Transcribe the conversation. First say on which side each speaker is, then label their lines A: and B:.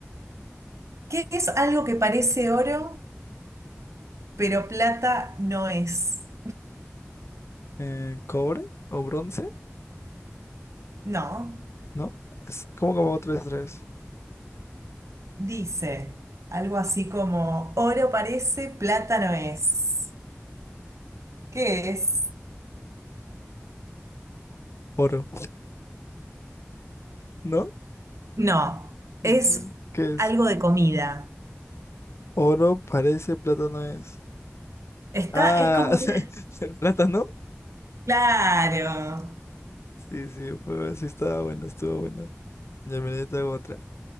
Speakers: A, on the right; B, on the left.
A: ¿Qué es algo que parece oro, pero plata no es?
B: Eh, ¿cobre o bronce?
A: No,
B: ¿No? Es como como tres, tres.
A: dice algo así como oro parece, plata no es. ¿Qué es?
B: Oro. ¿No?
A: No,
B: Ujú.
A: es
B: ¿Qué es?
A: algo de comida.
B: Oro parece, plátano es.
A: Está,
B: Ah,
A: es como
B: <laughs>
A: un- <laughs>
B: ¿el plátano?
A: Claro.
B: Sí, sí, pues sí estaba bueno, estuvo bueno. Ya me te hago otra.